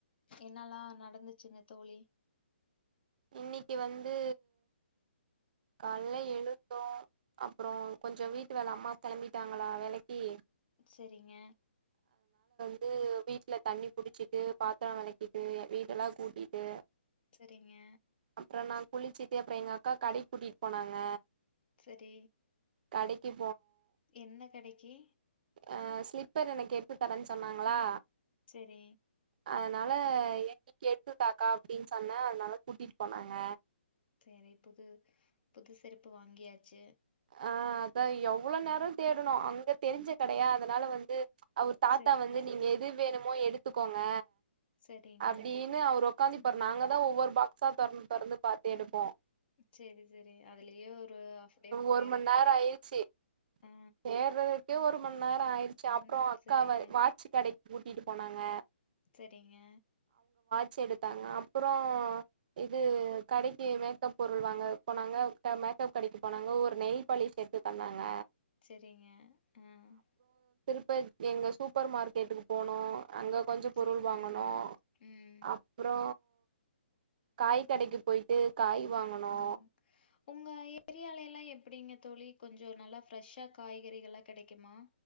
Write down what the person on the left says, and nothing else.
என்னல்லாம் நடந்துச்சுங்க தோழி
சரிங்க
சரிங்க
சரி
என்ன கிடைக்கு
சரி
சரி புது புது செருப்பு வாங்கியாச்சு
சரிங்க
சரிங்க
ம்
செரி செரி அதுலயே ஒரு ஹாஃப் டே போயிரு
ஆ
ம்
செரிங்க
சரிங்க
சரிங்க ஆஹ். உம்
சே
ம் ம்
உம் உங்க ஏரியால எல்லா படிங்க தோழி கொஞ்சோ நல்லா ஃப்ரெஷ்ஷா காய்கறிகள எல்லா கிடைக்குமா